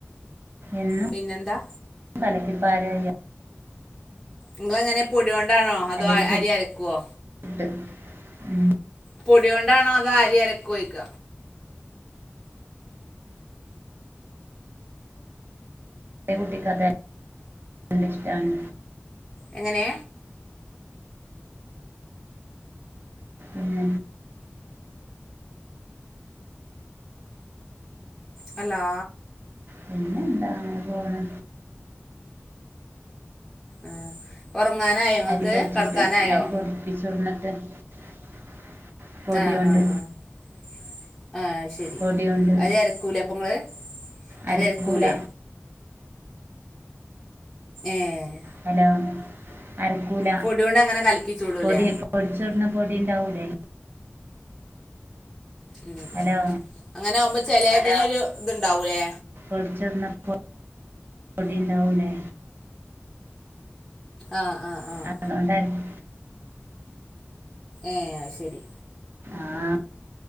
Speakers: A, on the right; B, in the centre.
A: എന്ന്
B: പിന്നെന്താ
A: കലക്കിപ്പാരല്ല
B: ഇങ്ങളെങ്ങനെ പൊടി കൊണ്ടാണോ അതോ
A: അല്ലെങ്കി
B: അരി അരക്കുവോ
A: <unintelligible> ഉം
B: പൊടി കൊണ്ടാണോ അതൊ അരി അരക്കോ ഓയിക്ക
A: <unintelligible> നല്ല ഇഷ്ടാണ്
B: എങ്ങനെ
A: ഉം
B: ഹലോ
A: പിന്നെന്താണ് പോണ്
B: ആഹ് ഉറങ്ങാനായോ ഇങ്ങക്ക്
A: അരി പൊടിച്ചിട്ട്
B: കെടക്കാനായോ
A: <unintelligible>
B: ആഹ്
A: കൊണ്ട്
B: ആഹ് ആഹ് അഹ് ശരി
A: പൊടി കൊണ്ട്
B: അത് ക്കൂലേപ്പങ്ങൾ അരി
A: അരക്കൂല
B: അരക്കൂല്ലേ ഏഹ്
A: ഹലോ അരക്കൂല
B: പൊടിയോണ്ട് അങ്ങനെ കലക്കി ചൂടൂലേ
A: പൊടി പൊടിക്കുന്ന പൊടി ഉണ്ടാവൂല്ലേ
B: ഉം
A: ഹലോ
B: ഉം അങ്ങനെ ആകുമ്പോ ചിലടന ഒരു ഇതുണ്ടാവൂല്ലേ
A: കൊടി ചൂർണ പൊ പൊടി ണ്ടാവൂലെ.
B: ആഹ് ആഹ് ആഹ്
A: അഹ് അതുകൊണ്ടായിരുന്നു
B: ഏ ശരി
A: ആഹ്